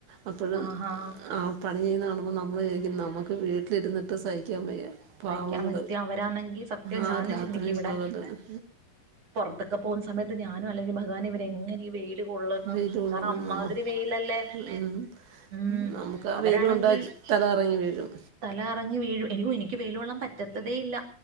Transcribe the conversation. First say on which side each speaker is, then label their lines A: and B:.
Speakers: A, on the right (about 80°); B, on the right (about 45°).
A: അപ്പോഴും
B: ആഹാ
A: ആ പണി ചെയ്യുന്ന കാണുമ്പം നമ്മൾ വിചാരിക്കും നമുക്ക് വീട്ടിലിരുന്നിട്ട് സഹിക്കാൻ വയ്യ പാവങ്ങൾ
B: സഹിക്കാ പറ്റ്യാ അവരാണെങ്കി സത്യം
A: ആ
B: ഞാനും
A: രാത്രിയും
B: ചിന്തിക്കും ഇവിടെ
A: പകലും
B: പുറത്തൊക്കെ പോകുന്ന സമയത്ത് ഞാനും അല്ലെങ്കിൽ ഭഗവനെ ഇവര് എങ്ങനെ ഈ വെയിൽ കൊള്ളുന്ന്
A: വെയില് കൊള്ളുന്ന
B: കാരണം അമ്മാതിരി
A: നമ്മ
B: വെയിലല്ലേ
A: ഉം
B: ഉം
A: നമുക്ക് ആ
B: അവരാണെങ്കി
A: വെയില് കൊണ്ടാ തല കറങ്ങി വീഴും
B: തല കറങ്ങി വീഴും എനിക്കും എനിക്ക് വെയില് കൊള്ളാൻ പറ്റത്തതേ ഇല്ല